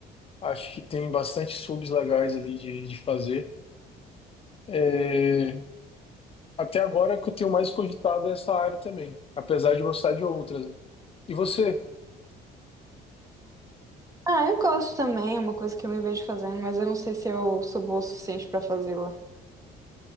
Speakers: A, on the left; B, on the right.
A: Acho que tem bastante subs legais ali de, de fazer. É, até agora é que eu tenho mais cogitado essa área também, apesar de gostar de outras. né? E você?
B: Ah, eu gosto também, é uma coisa que eu me vejo fazendo, mas eu não sei se eu sou boa o suficiente pra fazê-la.